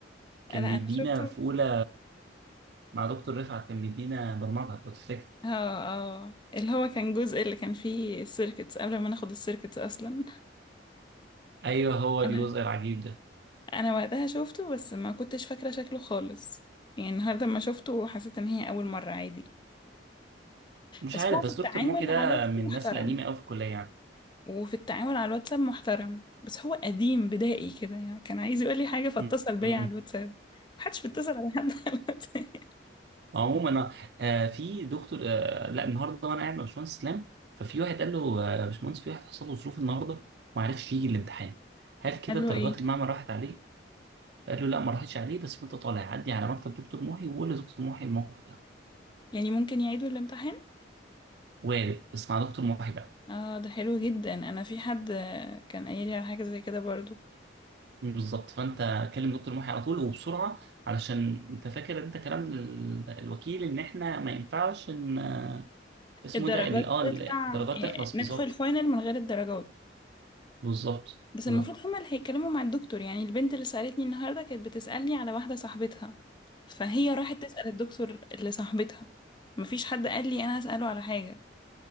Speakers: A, on the right (about 60°); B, on the left (about 25°).
A: كان
B: انا
A: بيدينا
B: انا شفته
A: في أولى مع دكتور رفعت كان بيدينا برمجة لو تفتكر
B: اه اه اللي هو كان جزء اللي كان فيه السيركتس قبل ما ناخد السيركتس اصلا
A: أيوه هو الجزء
B: انا
A: العجيب ده
B: انا وقتها شفته بس ما كنتش فاكرة شكله خالص يعني النهاردة ما شفته حسيت ان هي اول مرة عادي
A: مش
B: بس
A: عارف
B: هو في
A: بس
B: التعامل
A: دكتور محي ده
B: على الواتساب
A: من
B: محترم
A: الناس القديمة أوي في الكلية يعني
B: وفي التعامل على الواتساب محترم بس هو قديم بدائي كده يعني كان عايز يقول لي حاجة فاتصل
A: م-
B: بيا
A: م.
B: على الواتساب محدش بيتصل على حد على الواتساب <laughs>
A: عموما أنا- آه في دكتور آه لا النهارده وانا قاعد مع باشمهندس اسلام ففي واحد قال له آه، يا باشمهندس في واحد حصل له ظروف النهارده وما عرفش يجي الامتحان هل كده
B: قال
A: درجات
B: له ايه
A: المعمل راحت عليه؟ فقال له لا ما راحتش عليه بس وانت طالع عدي على مكتب دكتور محي وقول لدكتور محي الموقف ده
B: يعني ممكن يعيدوا الامتحان
A: وارد بس مع دكتور محي بقى
B: اه ده حلو جدا انا في حد آه، كان قايل لي على حاجة زي كده برضو
A: بالظبط فانت كلم دكتور محي على طول وبسرعه علشان انت فاكر انت كلام ال- الوكيل ان احنا ما ينفعش ان اسمه
B: الدرجات
A: إيه ده ال- اه
B: تطلع
A: الدرجات
B: آه،
A: تخلص
B: ندخل
A: بالظبط
B: الفاينل من غير الدرجات
A: بالظبط
B: بس
A: بالظبط
B: المفروض هما اللي هيتكلموا مع الدكتور يعني البنت اللي سألتني النهاردة كانت بتسألني على واحدة صاحبتها فهي راحت تسأل الدكتور اللي صاحبتها مفيش حد قال لي أنا أسأله على حاجة